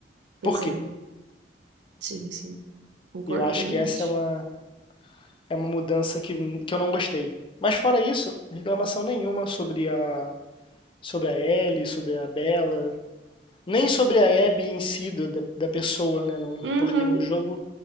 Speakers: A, on the right; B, on the left.
A: Pois
B: Por quê?
A: é, sim, sim, concordo
B: Eu acho
A: plenamente.
B: que essa é uma, é uma mudança que, que eu não gostei. Mas fora isso, reclamação nenhuma sobre a, sobre a Ellie, sobre a Bella, nem sobre a Abby em si, do- da, da pessoa, né? não-
A: Uhum,
B: porque no jogo